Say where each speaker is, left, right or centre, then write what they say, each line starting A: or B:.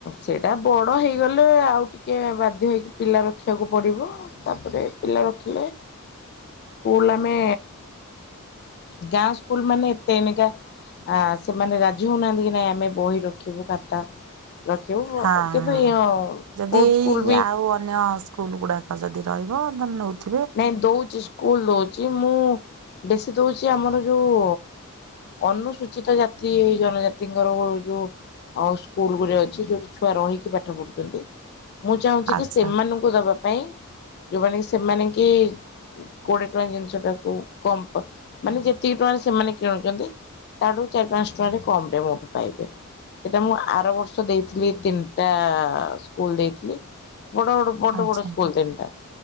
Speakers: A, on the left; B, on the right.
A: ସେଇଟା ବଡ ହେଇଗଲେ ଆଉ ଟିକେ ବାଧ୍ୟ ହେଇକି ପିଲା ରଖିବାକୁ ପଡିବ। ତାପରେ ପିଲା ରଖିଲେ
B: ହ
A: ସ୍କୁଲ ଆମେ ଗାଁ ସ୍କୁଲ ମାନେ ଏତେ ଏନକା ଆ ସେମାନେ ରାଜି ହଉନାହାନ୍ତି କି ନାଇଁ ଆମେ ବହି ରଖିବୁ, ଖାତା ରଖିବୁ
B: ହଁ,
A: କିନ୍ତୁ
B: ହଁ ଯଦି
A: ବହୁତ
B: ଏଇ
A: ସ୍କୁଲ ବି
B: ଆଉ ଅନ୍ୟ ସ୍କୁଲ ଗୁଡାକ ଯଦି ରହିବ। ଅର୍ଧ ନେଉଥିବ
A: ନାଇଁ ଦଉଛି, ସ୍କୁଲ ଦଉଛି, ମୁଁ ବେଶୀ ଦଉଛି ଆମର ଯୋଉ ଅନୁସୂଚିତ ଜାତି, ଜନଜାତିଙ୍କର ଯୋଉ ଆଉ ସ୍କୁଲକୁ ଯାଉଚି, ଯୋଉଠି ଛୁଆ ରହିକି ପାଠ ପଢୁଛନ୍ତି। ମୁଁ ଚାହୁଁଛି
B: ଆଚ୍ଛା
A: କି ସେମାନଙ୍କୁ ଦବା ପାଇଁ, ଯୋଉଁମାନେ ସେମାନେ କି କୋଡ଼େ ଟଙ୍କା ଜିନିଷଟାକୁ କମ୍ ମାନେ ଯେତିକି ଟଙ୍କାରେ ସେମାନେ କିଣୁଛନ୍ତି ତାଠୁ ଚାରି ପାଞ୍ଚ ଟଙ୍କାରେ କମ ରେ ମୋଠୁ ପାଇବେ, ସେଇଟା ମୁଁ ଆର ବର୍ଷ ସ ଦେଇଥିଲି ତିନଟା ସ୍କୁଲ ଦେଇଥିଲି। ବଡ ବଡ ବଡ
B: ଆଚ୍ଛା
A: ବଡ ସ୍କୁଲ ତିନିଟା।